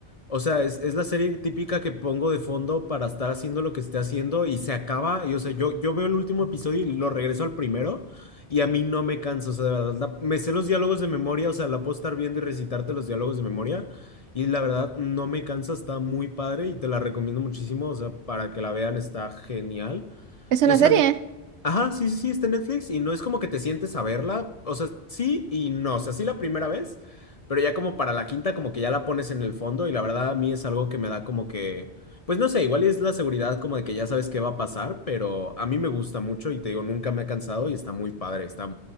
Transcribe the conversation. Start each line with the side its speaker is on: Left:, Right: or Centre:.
Left: O sea, es, es la serie típica que pongo de fondo para estar haciendo lo que esté haciendo y se acaba, y o sea, yo, yo veo el último episodio y lo regreso al primero. Y a mí no me canso, o sea, de verdad, la- me sé los diálogos de memoria, o sea, la puedo estar viendo y recitarte los diálogos de memoria. Y la verdad, no me cansa, está muy padre y te la recomiendo muchísimo. O sea, para que la vean, está genial.
Right: es
Left: Y
Right: una
Left: o sea,
Right: serie.
Left: n- ajá, sí, sí, sí, está en Netflix y no es como que te sientes a verla. O sea, sí y no. O sea, sí la primera vez, pero ya como para la quinta, como que ya la pones en el fondo. Y la verdad, a mí es algo que me da como que. Pues no sé, igual es la seguridad como de que ya sabes qué va a pasar, pero a mí me gusta mucho y te digo, nunca me ha cansado y está muy padre. Está,